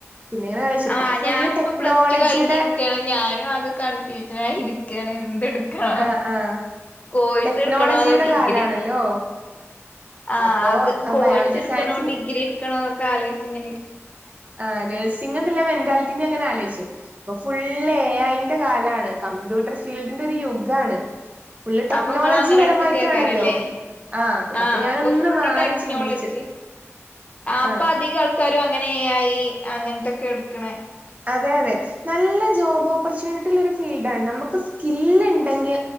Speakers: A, on the right (about 30°); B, on the left (about 30°).
A: പിന്നെ ഇങ്ങനെ ആലോചിച്ചു ഇപ്പൊക്കെ
B: ആ
A: ഫുള്ള്
B: ഞാൻ ഇപ്പോ
A: ടെക്നോളജിയുടെ
B: പ്ലസ് ടു കഴിഞ്ഞിരിക്കയാണ് ഞാനും ആകെ കൺഫ്യൂഷൻ ആയി ഇരിക്കുകാണ് എന്തെടുക്ക് ക്കാ
A: ആഹ് ആഹ്
B: കോഴ്സ്
A: ടെക്നോളജിയുടെ
B: എടുക്കണോ അതോ ഡിഗ്രി
A: കാലാണല്ലോ
B: ആ
A: അപ്പോ
B: അത് കോഴ്സ്
A: ബയോളജി
B: എടുക്കണോ
A: സയൻസ്
B: ഡിഗ്രി എടുക്കണോക്കെ ആലോചിച്ച ഇങ്ങനെഇരിക്കാ
A: ആ നഴ്സിംഗ എന്നുള്ള മെന്റാലിറ്റിനെ അങ്ങനെ ആലോചിച്ചു ഇപ്പൊ ഫുള്ള് എ ഐന്റെ കാലമാണ് കമ്പ്യൂട്ടർ ഫീൽഡിന്റെ ഒരു യുഗാണ് ഫുള്ള് ടെക്നോളജി
B: അപ്പൊ നിങ്ങള് അങ്ങനെ
A: പരമായിട്ടാണല്ലോ
B: എടുത്ത കേക്കാരല്ലേ
A: ആഹ്
B: ആ
A: ഞാനൊന്ന്
B: അപ്പൊ ഫുള്ള്
A: മാറി
B: ടെക്നോളജി
A: ചിന്തിച്ചു
B: അപ്പൊ
A: ആഹ്
B: അധിക ആൾക്കാരും അങ്ങ് - അങ്ങനെ എ ഐ അങ്ങനത്തൊക്കെ എടുക്കണേ
A: അതെ അതെ നല്ല ജോബ് ഓപ്പർച്യൂണിറ്റിള്ള ഒരു ഫീൽഡ് ആണ് നമുക്ക് സ്കിൽ ഉണ്ടെിൽ